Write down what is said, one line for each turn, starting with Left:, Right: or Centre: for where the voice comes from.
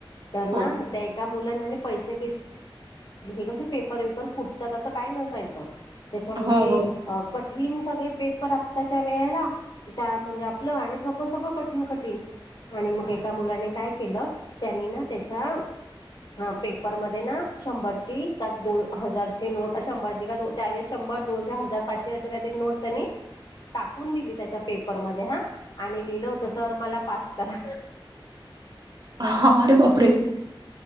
Left: तर ना
Right: हो
Left: त्या एका मुलाने आणि <unintelligible> <unintelligible> हे कसं पेपर बिपर फुटतात असं काही नसायचं. त्याच्यामुले
Right: हो हो
Left: <unintelligible> कठीण सगळे पेपर आत्ताच्या वेळेला त्या म्हणजे आपलं आणि सगळं सगळं कठीण कठीण आणि मग एका मुलाने काय केलं त्यांनी ना त्याच्या पे म शंभरची <unintelligible> दोन हजारची नोट शंभर का त्यावे शंभर दोनशे हजार पाचशे अस नोट त्यांनी टाकून दिली त्याच्या पेपरमध्ये हा आणि लिहिलं होत सर मला पास करा.
Right: हो अरे बापरे